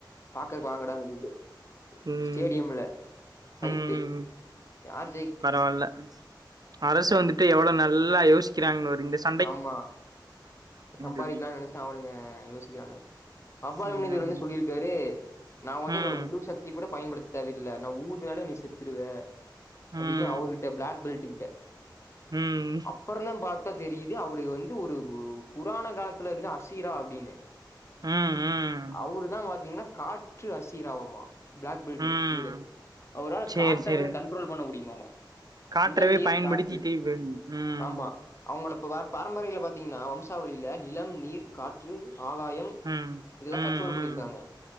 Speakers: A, on the left; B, on the right.
A: பாக்கக்கு வாங்கடா அப்டின்ட்டு
B: ம்
A: ஸ்டேடியம்ல ஃபைய்ட்டு
B: ம்
A: யாரு
B: பரவால்ல அரசு வந்துட்டு எவ்வளோ நல்லா யோசிக்கிறாங்க ஒரு இன்னஸ்
A: ஆமா சம்பாதிக்கலா
B: சொல்லி
A: நெனச்ட்டு அவனுங்க யோசிக்கிறானு அபால்
B: ம்
A: முனிகள் வந்து சொல்லியிருக்காரு நா வந்து
B: ம்
A: என்னோட முழு சத் கத்தி கூட பயபடுத்த தேவல்ல நா ஊதுனாலே நீ செத்துருவ அபபடின்னு
B: ம்
A: அவர்கிட்ட பிளாக் பெல்ட் கிட்ட
B: ம்
A: அப்புறோ தா பார் தெரியுது அவரு வந்து ஒரு புராண காலத்துலருந்து அசீரா அப்டின்னு
B: ம் ம்
A: அவுரு தா பாத்தீங்கன்னா காற்று அசிராவமா பிளக் பெல்ட்
B: ம்
A: வீரர் அவரால
B: சேரி
A: காட்ட
B: சேரி
A: வந்து கண்ட்ரோல் பண்ண முடியுமாமா
B: காற்றவே
A: நிலம், நீர்,
B: பயன்படுத்திட்டு
A: காற்று
B: ம்
A: ஆமா அவங்களபா பாரம்பரில பாத்தீங்கன்னா வம்சாவளியில நிலம், நீர், காற்று, ஆகாயம்
B: ம்
A: இதெல்லா
B: ம்
A: கண்ட்ரோல் பண்ணிருக்காங்க
B: ம்